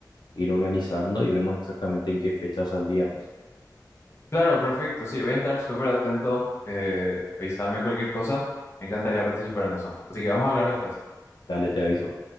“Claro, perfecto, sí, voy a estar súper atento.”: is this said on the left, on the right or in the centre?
Left